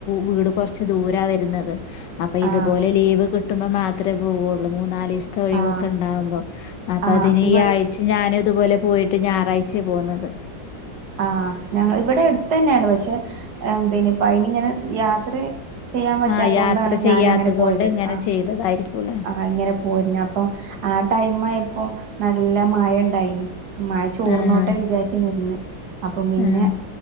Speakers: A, on the left; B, on the right.
A: വീട് കുറച്ച് ദൂരാ വരുന്നത് അപ്പൊ ഇതുപോലെ
B: ആഹ്
A: ലീവ് കിട്ടുമ്പോ മാത്രമേ പോവുള്ളൂ മൂന്നാല് ഒഴിവൊക്കെ
B: ആഹ്
A: ഉണ്ടാവുമ്പോ അപ്പൊ
B: ആഹ്
A: അതിനി
B: ഇവി
A: ഈ ആഴ്ച ഞാന അതുപോലെ പോയിട്ട് ഞായറാഴ്ചെ പോന്നത്.
B: ആഹ് ഞ ഇവിടെ അടുത്തുതന്നെയാണ് പക്ഷെ എന്തനിപ്പ അയിനി ഇങ്ങനെ യാത്ര ചെയ്യാൻ പറ്റാത്ത
A: ആഹ് യാത്ര
B: കൊണ്ടാണ്
A: ചെയ്യാത്തത്
B: ഞാനങ്ങനെ പോയത്
A: കൊണ്ട് ഇങ്ങനെ
B: ആ.
A: ചെയ്തതായിരിക്കൂലേ
B: ആഹ് ഇങ്ങനെ പോരുന്നെ അപ്പൊ ആ ടൈം ആയ പ്പൊ നല്ല മഴ ഉണ്ടായിനി മഴ ചോർന്നോട്ടെ
A: ആഹ്
B: വിചാരിച്ച് നിന്ന് അപ്പം പിന്നെ
A: ആഹ്